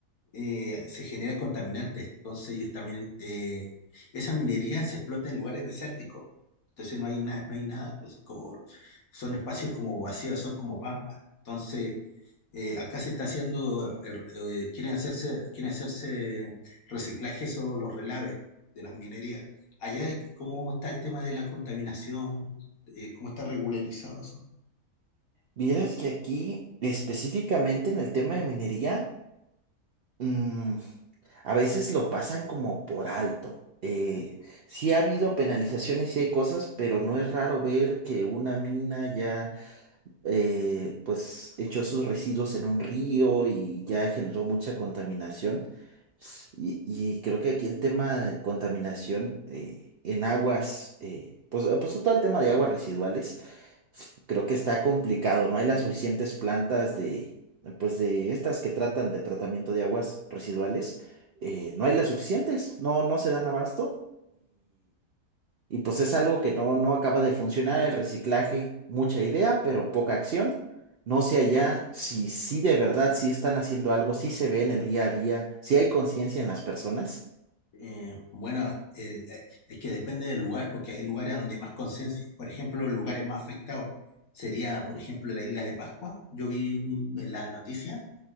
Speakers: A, on the left; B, on the right.
A: eh, se genera contaminante. Entonces ellos también, eh, esa minería se explota en lugares desérticos. Entonces no hay nada, no hay nada. Entonces como son espacios como vacíos, son como pampas. Entonces eh, acá se está haciendo, el- eh, quieren hacerse, quieren hacerse reciclajes o los relaves de las minerías. Allá, ¿cómo está el tema de la contaminación? Eh, ¿cómo está regularizado eso?
B: Vieras que aquí, específicamente en el tema de minería, mm, a veces lo pasan como por alto. Eh, sí ha habido penalizaciones, sí hay cosas, pero no es raro ver que una mina ya eh, pues echó sus residuos en un río y ya generó mucha contaminación. Y, y creo que aquí el tema de contaminación eh, en aguas, eh, pues, eh, pues todo el tema de aguas residuales, creo que está complicado, no hay las suficientes plantas de, pues de estas que tratan de tratamiento de aguas residuales, eh, no hay las suficientes, no, no se dan abasto y pues es algo que no, no acaba de funcionar, el reciclaje, mucha idea, pero poca acción. No sé allá si sí de verdad, si están haciendo algo, si se ve en el día a día, si hay conciencia en las personas.
A: Eh, bueno, el- eh, es que depende del lugar, porque hay lugares donde hay más conciencia. Por ejemplo, los lugares más afectados sería, por ejemplo, la isla de Pascua. Yo vi un- en la noticia